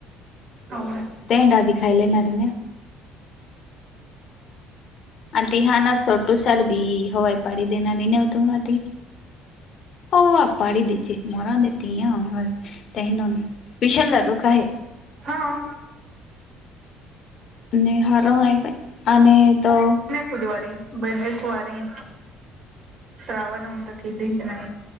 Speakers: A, on the right (about 35°); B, on the left (about 35°).
A: हो
B: टेंडा बी खायल्ले <unintelligible> अ ती हा ना सोटू साल बी हवाई पाडी देणारी नेव्हतो आ ती हो आपडी दचेे मोर दे तया <unintelligible> विषणला दुःख आहे.
A: हा.
B: <unintelligible> आणि तो
A: बुधवारी ब एक वारी श्रावणम त केरीस ना